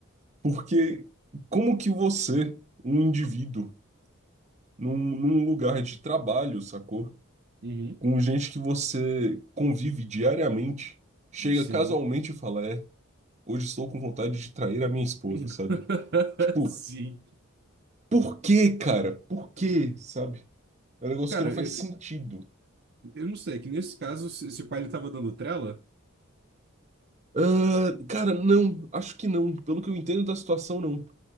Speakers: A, on the right (about 35°); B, on the right (about 55°).
A: Porque como que você, um indivíduo, num, num lugar de trabalho, sacou?
B: Uhum.
A: Com gente que você convive diariamente, chega
B: Sim.
A: casualmente e fala, é, hoje estou com vontade de trair a minha esposa,
B: <laughs>
A: sabe? Tipo,
B: Sim.
A: por quê, cara? Por quê, sabe? É um negócio
B: Cara,
A: que não faz
B: eu,
A: sentido.
B: eu não sei, é que nesse caso, se, se o pai ele tava dando trela,
A: Ah, cara, não, acho que não. Pelo que eu entendo da situação, não.